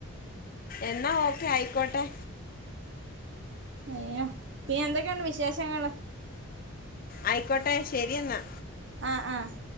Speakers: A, on the left; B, on the right.
A: എന്നാ ഓക്കെ ആയിക്കോട്ടെ
B: അയ്യോ പിന്നെന്തൊക്കെണ്ട് വിശേഷങ്ങൾ
A: ആയിക്കോട്ടെ ശെരി എന്നാ
B: ആഹ് ആഹ്